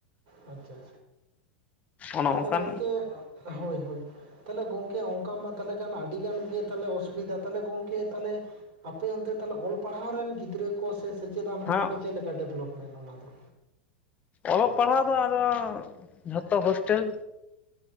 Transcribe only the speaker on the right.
ᱟᱪᱪᱷᱟ᱾
ᱛᱟᱦᱞᱮ
ᱜᱚᱝᱠᱮ ᱦᱳᱭ ᱦᱳᱭ᱾ ᱛᱟᱦᱞᱮ ᱜᱚᱝᱠᱮ ᱚᱝᱠᱟ ᱢᱟ ᱛᱟᱦᱞᱮ ᱠᱷᱟᱱ ᱟᱹᱰᱤ ᱜᱟᱱ ᱜᱮ ᱛᱟᱦᱞᱮ ᱚᱥᱩᱵᱤᱫᱷᱟ ᱛᱟᱦᱞᱮ ᱜᱚᱝᱠᱮ ᱛᱟᱦᱚᱞᱮ ᱟᱯᱮ ᱚᱱᱛᱮ ᱛᱟᱦᱚᱞᱮ ᱚᱞ ᱯᱟᱲᱦᱟᱣ ᱨᱮᱱ ᱜᱤᱫᱽᱨᱟᱹ ᱠᱚ ᱥᱮ ᱥᱮᱪᱮᱫ ᱟᱱ
ᱦᱚᱲ ᱠᱚ ᱪᱮᱫ ᱞᱮᱠᱟ ᱰᱮᱵᱷᱞᱚᱯᱢᱮᱱ ᱚᱱᱟ ᱫᱚ?